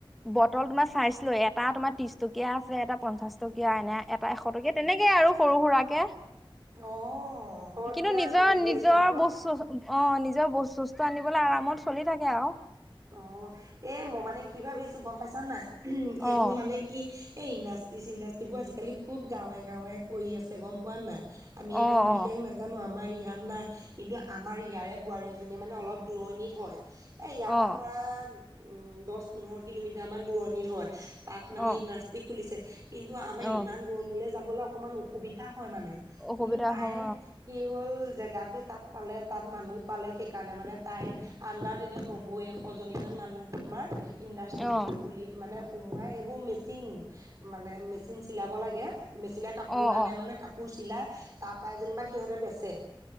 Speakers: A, in the centre; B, on the right.
A: বটল তোমাৰ চাইছ লৈ, এটা তোমাৰ ত্ৰিশ টকীয়া আছে এটা পঞ্চাশ টকা। এতিয়া এনে, এটা এশ টকীয়া তেনেকে আৰু সৰু সুৰাকে।
B: অ হয়
A: কিন্তু
B: দিয়া
A: নিজৰ
B: তেনেকে
A: নিজৰ
B: যে আকৌ।
A: বস্তু অহ, নিজৰ বস্তু চস্তু আনিবলৈ আৰামত চলি থাকে আৰু।
B: অহ, এ মই মানে কি ভাবিছোঁ গম পাইছা নে নাই। <unintelligible>
A: অ
B: এইবোৰ মানে কি এই ইণ্ডাষ্ট তিচ ইণ্ডাষ্ট্ৰিবোৰ আজিকালি খুব গাঁৱে গাঁৱে কৰি আছে গম পোৱা নাই? আমি ইমান
A: অ
B: বিশেষ
A: অ
B: নাজানো আমাৰ আমাৰ ইয়াত নাই কিন্তু আমাৰ ইয়াৰে বোৱাৰী এজনী মানে অলপ দূৰণিত হয়। তপ পৰা
A: অ
B: ধৰা উম, দশ পোন্ধৰ কিলোমিটাৰ মান দূৰণিত হয়। তাত মানে
A: অ
B: ইণ্ডাষ্ট্ৰি খুলিছে, কিন্তু আমাৰ
A: অ
B: ইমান দূৰণীলৈ যাবলৈ অকমান অসুবিধা হয় মানে,
A: অসুবিধা
B: কিন্তু তাই
A: হ'ব
B: কি হ'ল জেগাতো তাত পালে তাত মানুহ পালে সেইকাৰণে মানে তাই আডাৰ তেতিয়া নবয়ে ছজনী মান মানুহ তোমাৰ ইণ্ডাষ্ট্ৰিটোত
A: অ
B: খুলি মানে সোমোৱাই এইবোৰ মেচিন, মানে মেচিন চিলাব লাগে। মেচিনে কাপোৰ
A: অ
B: আনে
A: অ
B: মানে কাপোৰ চিলাই তাৰ পৰাই যেনিবা সিহঁতে বেচে,